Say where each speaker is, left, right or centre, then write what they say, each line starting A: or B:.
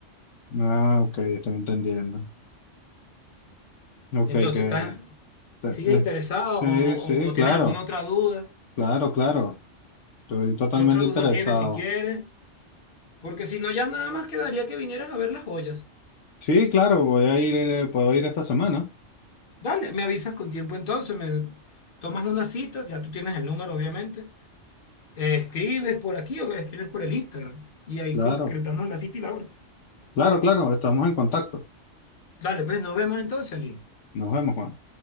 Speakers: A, on the left; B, on the left.
A: Ah, ok, estoy entendiendo. Ok,
B: Entonces,
A: que...
B: está,
A: te-
B: ¿Sigues
A: eh,
B: interesado o,
A: sí, sí,
B: o- o
A: claro,
B: tienes alguna otra duda?
A: claro, claro. Estoy totalmente
B: ¿Qué otra duda
A: interesado.
B: tienes si quieres? Porque si no, ya nada más quedaría que vinieras a ver las joyas.
A: Sí, claro, voy a ir, eh, puedo ir esta semana.
B: Dale, me avisas con tiempo entonces, me tomas una cita, ya tú tienes el número, obviamente. eh, escribes por aquí o escribes por el Instagram y ahí
A: Claro,
B: concretamos la cita y la hora.
A: claro, claro, estamos en contacto.
B: Dale, pues nos vemos entonces, Ali.
A: Nos vemos, Juan.